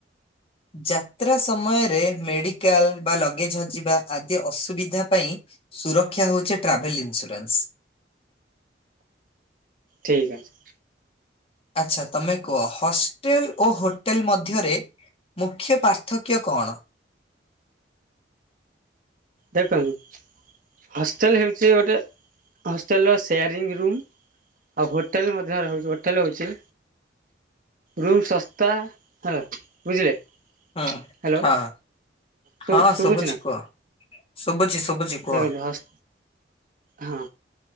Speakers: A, on the left; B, on the right.
A: ଯାତ୍ରା ସମୟରେ ମେଡିକାଲ ବା ଲଗେଜ ହଜିବା ଆଦି ଅସୁବିଧା ପାଇଁ। ସୁରକ୍ଷା ହଉଛି ଟ୍ରାଭେଲ ଇନ୍ସୁରାନ୍ସ।
B: ଠିକ୍ ଅଛି।
A: ଆଚ୍ଛା ତମେ କୁହ ହଷ୍ଟେଲ ଓ ହୋଟେଲ ମଧ୍ୟରେ। ମୁଖ୍ୟ ପାର୍ଥକ୍ୟ କଣ।
B: ଦେଖନ୍ତୁ ହଷ୍ଟେଲ ହେଉଛି ଗୋଟେ ହଷ୍ଟେଲର ସେୟାରିଙ୍ଗ ରୁମ୍। ଆଉ ହୋଟେଲ ମଧ୍ୟ ରହୁଛି ହୋଟେଲ ହଉଛି। ରୁମ୍ ଶସ୍ତା ହେଲା ବୁଝିଲେ।
A: ହୁଁ
B: ହ୍ୟାଲୋ
A: ହଁ
B: ଶୁ
A: ହଁ
B: ଶୁଭୁଛି
A: ଶବୁଛି
B: ନା
A: କୁହ ଶୁବୁଛି ଶୁବୁଛି କୁହ।
B: ଦେଖନ୍ତୁ ହସ୍ ହଁ